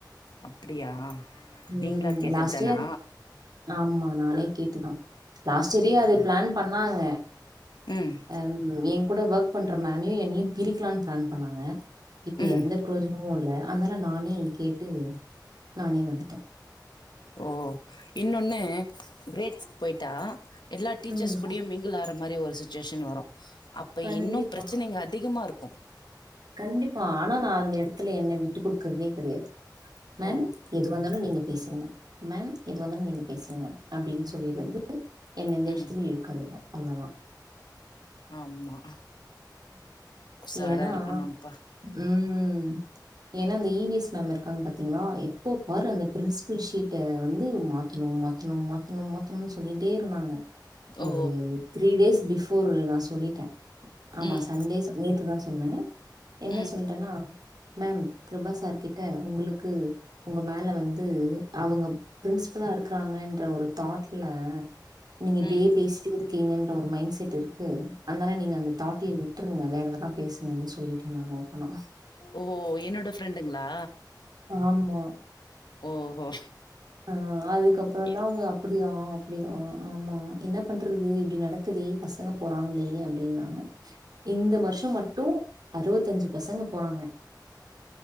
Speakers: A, on the left; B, on the right.
A: அப்டியா
B: ம்
A: நீங்ளா கேட்டத்
B: லாஸ்ட்
A: தானா
B: ஆமா நானே கேட்டுதா லாஸ்ட் இயரே
A: ஓ!
B: அது பிளான் பண்ணாங்க
A: ம்
B: அ ம் எ கூட ஒர்க் பண்ற மேம்யு என்னியு பிரிக்கலான் பிளான் பண்ணாங்க இப்ப
A: ம்.
B: எந்த புரோஜனமு இல்ல அதுனால நானே கேட்டு நானே வந்துட்டே
A: ஓ இன்னொன்னு கிரேட்ஸ்க்கு போயிட்டா எல்லா டீச்சர்ஸ்
B: ம்.
A: கூடையு மிங் கில் ஆற மாரி ஒரு சுச்சுவேஷன் வரு அப்ப
B: கண்டிப்பா,
A: இன்னு பிரச்சனைங்க அதிகமா இருக்கு
B: கண்டிப்பா ஆனா நா அந்த எடத்துல என்ன விட்டுக்டுக்குறதே கெடையாது மேம்
A: ஓ!
B: எதுவா இருந்தாலு நீங்க பேசிருங்க மேம் எதுவா இருந்தாலு நீங்க பேசிருங்க அப்டின்னு சொல்லிறது என்ன எந்த விஷியத்திலியு
A: ம்.
B: இலுக்காதிங்க அல்லதா
A: ஆமா உசாரா
B: ஏன்னா
A: இருக்குனுப்பா
B: ம் ஏனா அந்த இ வி எஸ் மேம் இருக்காங்க பாத்தீங்களா எப்ப பாரு அந்த பிரின்சிபல் ஷீட்ட வந்து மாத்துணு மாத் மாத்தணு மாத்தணு மாத்தணுனு சொல்லிட்டே இருந்தாங்க ஒரு
A: ஓ!
B: த்ரீ டேஸ் பிஃபோர் நா சொல்லிட்டே ஆமா
A: ம்.
B: சண்டே ச நேத்துதா சொன்னே என்ன
A: ம்.
B: சொல்ட்டன்னா மேம் கிருபா சார் கிட்ட உங்களுக்கு உங்க மேல வந்து அவுங்க பிரின்ஸ்பலா இருக்கிறாங்கன்ற ஒரு தாட்ல நீங்க இப்டியே
A: ம்.
B: பேசி ட்டே இருக்கீங்க என்ற ஒரு மைண்ட் செட் இருக்கு அதனால நீங் அந்த தாட்டியே விட்டுருங்க வேற எதென்னா பேசுங்கன்னு சொல்லிட்டே நா ஓப்பனா
A: ஓ என்னோட ஃப்ரெண்டுங்ளா
B: ஆமா
A: ஓஹோ
B: ஆ அதுக்கப்றோ
A: இல்
B: தா அவுங்க அப்டியா அப்டியா ஆமா என்ன பண்றது இப்டி நடக்குதே பசங்க போறாங்களே அப்டின்னாங்க இந்த வருஷோ மட்டு அறுவத்தஞ்சு பசங்க போறாங்க